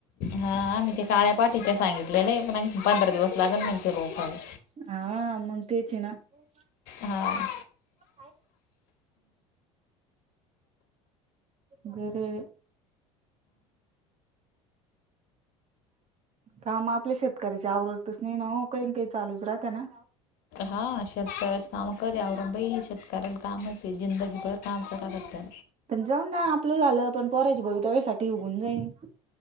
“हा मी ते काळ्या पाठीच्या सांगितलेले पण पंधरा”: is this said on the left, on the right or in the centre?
Left